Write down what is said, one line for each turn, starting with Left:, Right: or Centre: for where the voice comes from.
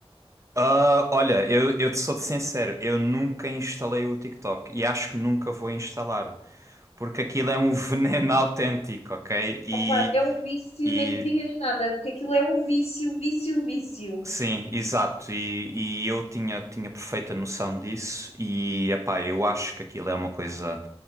Right: Ah, olha, eu, eu te sou sincero, eu nunca instalei o TikTok e acho que nunca vou instalar, porque aquilo é um veneno <laughs> autêntico, ok? E,
Left: Opá, é um vício,
Right: e
Left: nem me digas nada, porque aquilo é um vício, vício, vício.
Right: sim, exato, e, e eu tinha, tinha perfeita noção disso e, epá, eu acho que aquilo é uma coisa,